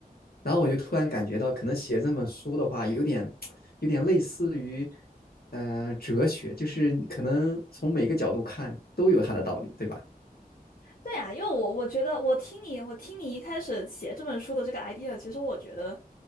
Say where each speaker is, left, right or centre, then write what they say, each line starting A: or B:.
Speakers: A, on the left; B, on the left.
A: 然后我就突然感觉到，可能写这本书的话，有点有点类似于嗯、呃哲学，就是可能从每个角度看都有它的道理，对吧？
B: 对啊，因为我我觉得我听你我听你一开始写这本书的这个 idea，其实我觉得